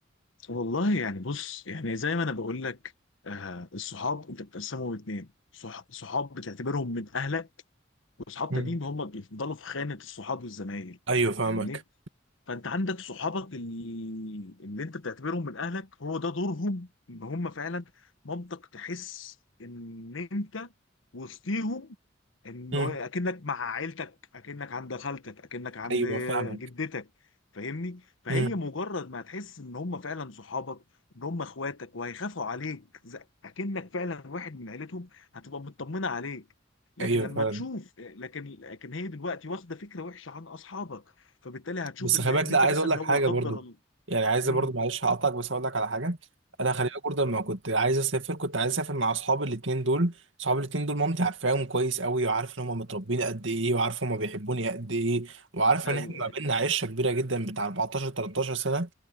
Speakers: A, on the left; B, on the right.
A: والله يعني بص يعني زي ما انا بقول لك آه الصحاب انت بتقسمهم اتنين صح- صحاب بتعتبرهم من اهلك واصحاب
B: مم.
A: تانيين هم بيفضلوا في خانه الصحاب والزمايل
B: ايوه فاهمك
A: فاهمني فانت عندك صحابك ال- اللي انت بتعتبرهم من اهلك هو ده دورهم ان هم فعلا منطق تحس ان انت وسطيهم ان
B: امم
A: هو اكنك مع عيلتك اكنك عند خالتك اكنك عند
B: ايوه فاهمك
A: جدتك فاهمني فهي
B: امم
A: مجرد ما هتحس ان هم فعلا صحابك ان هم اخواتك وهيخافوا عليك ز- اكنك فعلا واحد من عيلتهم هتبقى مطمنه عليك لكن
B: ايوه
A: لما
B: فعلا
A: تشوف لكن لكن هي دلوقتي واخده فكره وحشه عن اصحابك فبالتالي هتشوف
B: بس
A: ان
B: خلي
A: ان
B: بالك لا
A: انت
B: عايز
A: مثلا
B: اقول لك
A: لو
B: حاجه
A: لا قدر
B: برضو
A: الله
B: يعني عايز
A: امم
B: برضو معلش هقطعك بس اقول لك على حاجه انا خلي بالك برضو لما كنت عايز اسافر كنت عايز اسافر مع اصحابي الاثنين دول اصحابي الاثنين دول مامتي عارفاهم كويس قوي وعارف ان هم متربيين قد ايه وعارف هم بيحبوني قد ايه وعارفه
A: ايوه
B: ان احنا ما بيننا عشره كبيره جدا بتاع 14 13 سنه